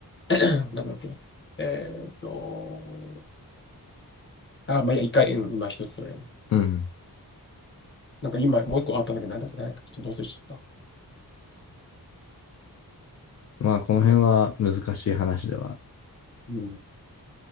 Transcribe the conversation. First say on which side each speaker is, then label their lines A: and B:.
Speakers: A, on the left; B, on the left.
A: <clears throat> <coughs> なんだっけ、えーっと、あ、まあ、いや、一回、うん、今一つそれやな。
B: うん
A: なんか今もう一個あったんだけど、なんだっけ、なんだっけちょっとどうせしちゃった。
B: まあ、この辺は難しい話ではある。
A: うん